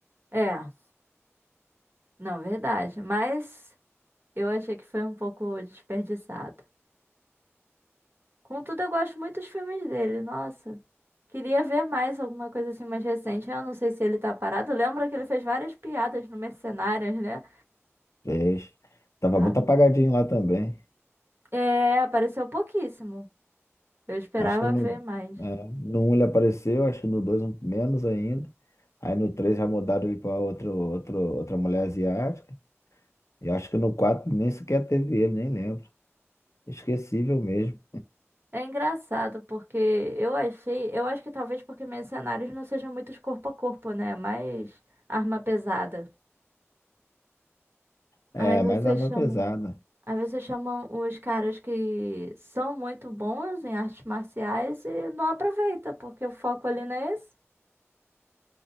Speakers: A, on the right; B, on the left.
A: É, não, verdade. Mas eu achei que foi um pouco desperdiçado. Contudo, eu gosto muito dos filmes dele. Nossa, queria ver mais alguma coisa assim mais recente. Eu não sei se ele tá parado. Lembra que ele fez várias piadas no Mercenários, né?
B: Fez. Tava
A: Ah,
B: muito apagadinho lá também.
A: é, apareceu pouquíssimo. Eu esperava
B: Acho que no,
A: ver mais.
B: é, no um ele apareceu, acho que no 2 um, menos ainda. Aí no 3 já mudaram ele pra outro, outro, outra mulher asiática. E acho que no 4 nem sequer teve ele, nem lembro. Esquecível mesmo.
A: É engraçado porque eu achei, eu acho que talvez porque Mercenários não sejam muitos corpo a corpo, né? Mais arma pesada.
B: É,
A: Aí você
B: mais arma
A: chama.
B: é pesada.
A: Aí você chama os caras que são muito bons em artes marciais e não aproveita, porque o foco ali não é esse.